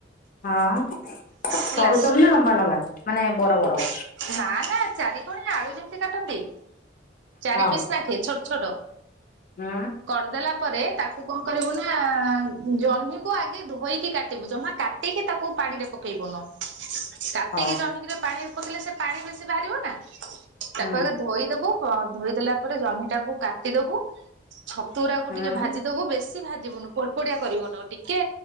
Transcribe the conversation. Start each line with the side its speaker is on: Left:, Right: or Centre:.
Left: ହଁ।
Right: ହେଲା।
Left: ସରୁ ସରୁ ନା ଲମ୍ବା ଲମ୍ବା ମାନେ ବଡ ବଡ?
Right: ନା ନା ଚାରିିକଣିଆ ଆଳୁ ଯେମିତି କାଟନ୍ତି। ଚାରି
Left: ହଉ
Right: ପିସ୍ ଲାଖେ ଛୋଟ ଛୋଟ।
Left: ହୁଁ
Right: କରିଦେଲା ପରେ ତାକୁ କଣ କରିବୁ ନା ଜହ୍ନିକୁ ଆଗେ ଧୋଇକି କାଟିବୁ। ଜମା କାଟିକି ତାକୁ ପାଣି ରେ ପକେଇବୁନୁ। କାଟିକି
Left: ହଉ।
Right: ଜହ୍ନି କିରେ ପାଣି ରେ ପକେଇଲେ ସେ ପାଣି ବେଶି ବାହାରିବ ନା। ତାକୁ
Left: ହୁଁ
Right: ଆଗ ଧୋଇଦବୁ ଧୋଇଦେଲା ପରେ ଜହ୍ନିଟାକୁ କାଟିଦବୁ ଛତୁ ଗୁରା କୁ
Left: ହୁଁ
Right: ଟିକେ ଭାଜିଦବୁ। ବେଶ୍ ବେଶୀ ଭାଜିବୁନୁ ପୋଡପୋଡିଆ କରିବୁନୁ ଟିକେ